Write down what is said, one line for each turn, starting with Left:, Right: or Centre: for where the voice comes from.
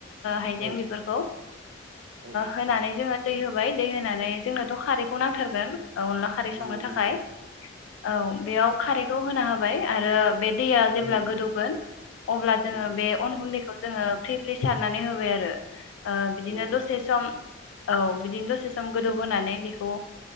Left: हाइजें
Right: औ
Left: बेफोरखौ
Right: औ
Left: होनानै जोङो दै होबाय दै होनानै जोंनाथ' खारैखौ नांथारगोन औ अनला खारै संनो
Right: नांगौ
Left: थाखाय
Right: नांगौ
Left: औ बेयाव खारैखौ होना होबाय आरो बे दैया जेब्ला
Right: उम
Left: गोदौगोन अब्ला जोङो
Right: उम
Left: बे अन गुन्दैखौ जोङो फ्रि फ्रि सारनानै होबाय आरो बिदिनो
Right: औ
Left: दसे सम औ बिदिनो दसे सम गोदौ होनोनानै बेखौ